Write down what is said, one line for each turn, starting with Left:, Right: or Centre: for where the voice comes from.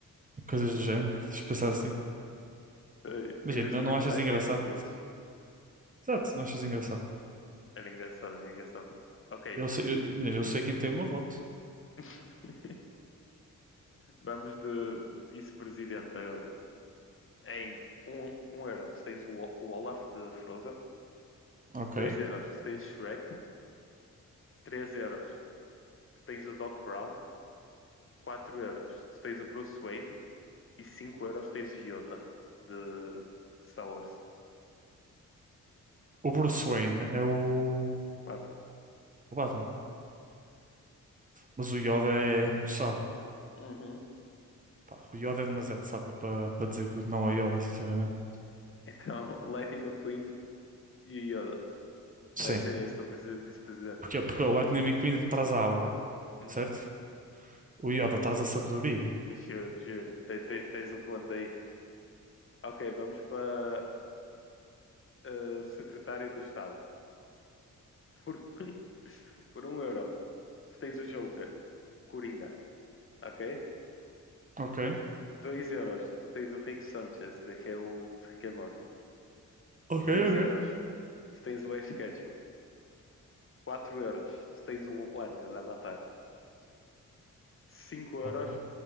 Right: coisas do género. Se pensar assim.
Left: Ai,
Right: Imagina,
Left: Em vez
Right: não
Left: de tribunais,
Right: não achas engraçado?
Left: tinhas corridas.
Right: Exato, não achas engraçado.
Left: Era engraçado, era engraçado. Ok.
Right: Eu sei, eu, imagina, eu sei quem tem o meu voto.
Left: <laughs> Vamos de, de vice-presidente agora. Em um, um euro, tu tens o, O- o Olaf de Frozen.
Right: Ok.
Left: dois euros, tu tens Shrek. três euros, tu tens o Doc Brown. quatro euros, tu tens o Bruce Wayne. E 5 euros, tens o Yoda de Star Wars.
Right: O Bruce Wayne é o,
Left: Batman.
Right: o Batman. Mas o Yoda é muito sábio.
Left: Uhum.
Right: Pá, o Yoda é demasiado sábio para para dizer que não ao Yoda, sinceramente.
Left: Então, <laughs> Lightning McQueen e o Yoda.
Right: Sim.
Left: Vai ser esse o teu presidente e vice-presidente.
Right: Porquê? Porque o Lightning McQueen traz a aura,
Left: Uhum.
Right: certo? O Yoda traz a sabedoria.
Left: Juro, juro. Te- te- Tens o ponto aí. Ok, vamos para eh, o secretário do Estado. Por, <laughs> por um euro, tu tens o Joker, o Coringa, ok?
Right: Ok.
Left: Dois euros, tu tens o Rick Sanchez, que é o de Rick and Morty.
Right: Ok,
Left: Três
Right: ok.
Left: euros, tu tens o Ash Ketchum. Quatro euros, tu tens o Wang, da Avatar. Cinco
Right: Ok.
Left: euros,